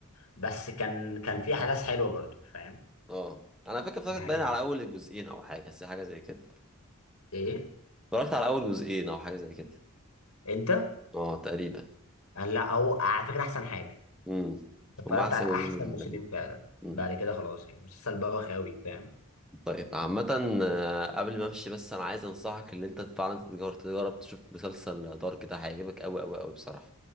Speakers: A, on the left; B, in the centre.
A: بس كان كان في احداث حلوه برضه فاهم
B: اه انا فاكر اتفرجت
A: دي حقيقة
B: باين على اول الجزئين او حاجه بس حاجه زي كده
A: ايه
B: اتفرجت على اول جزئين او حاجه زي كده
A: انت
B: اه تقريبا
A: قال لا هو على فكره احسن حاجه
B: امم
A: انت اتفرجت
B: هما احسن
A: على احسن
B: جزئين نزلوا
A: موسمين
B: تقريبا
A: فعلا
B: امم
A: بعد كده خلاص يعني مسلسل بوخ قوي فاهم
B: طيب عامة آه، قبل ما امشي بس انا عايز انصحك ان انت فعلا تجرب تجرب تشوف مسلسل دارك ده هيعجبك قوي قوي قوي بصراحة